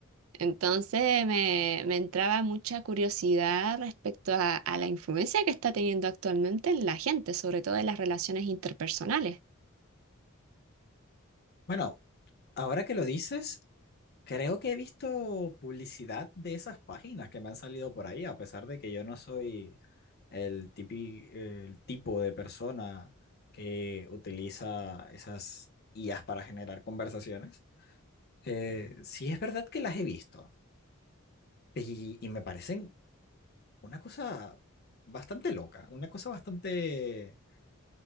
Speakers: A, on the right; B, on the left.
A: Entonces me, me entraba mucha curiosidad respecto a, a la influencia que está teniendo actualmente en la gente, sobre todo en las relaciones interpersonales.
B: Bueno, ahora que lo dices, creo que he visto publicidad de esas páginas que me han salido por ahí, a pesar de que yo no soy el tipi- el tipo de persona que utiliza esas IAs para generar conversaciones. Eh, sí es verdad que las he visto y, y me parecen una cosa bastante loca, una cosa bastante